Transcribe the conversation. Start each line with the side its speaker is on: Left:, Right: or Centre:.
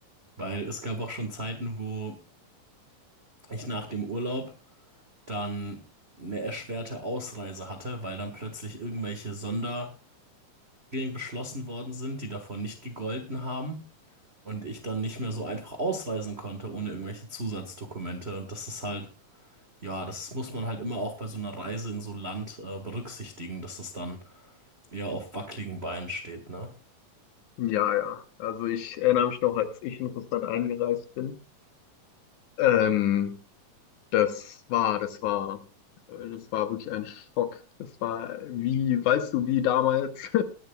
Right: Weil es gab auch schon Zeiten, wo ich nach dem Urlaub dann eine erschwerte Ausreise hatte, weil dann plötzlich irgendwelche Sonderregeln beschlossen worden sind, die davor nicht gegolten haben und ich dann nicht mehr so einfach ausreisen konnte ohne irgendwelche Zusatzdokumente. Und das ist halt, ja, das muss man halt immer auch bei so einer Reise in so ein Land äh, berücksichtigen, dass es dann eher auf wackeligen Beinen steht, ne?
Left: Ja, ja. Also ich erinnere mich noch, als ich in Russland eingereist bin. Ähm, das war, das war, äh, das war wirklich ein Schock. Das war wie, weißt du, wie damals <laughs>